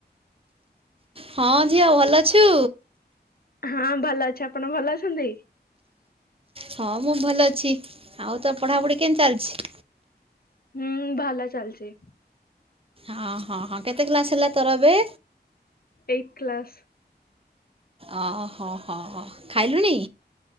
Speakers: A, on the right (about 30°); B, on the left (about 55°).
A: ହଁ ଝିଅ ଭଲ ଅଛୁ?
B: ହଁ ଭଲ ଅଛି ଆପଣ ଭଲ ଅଛନ୍ତି?
A: ହଁ ମୁଁ ଭଲ ଅଛି ଆଉ ତୋର ପଢ଼ାପଢ଼ି କେଁ ଚାଲିଚି?
B: ହୁଁ ଭଲ ଚାଲଚି।
A: ଅଁ ହଁ ହଁ କେତେ କ୍ଲାସ୍ ହେଲା ତୋର ଏବେ?
B: ଏଇ କ୍ଲାସ୍।
A: ଅ ହ ହ ହ ଖାଇଲୁଣି?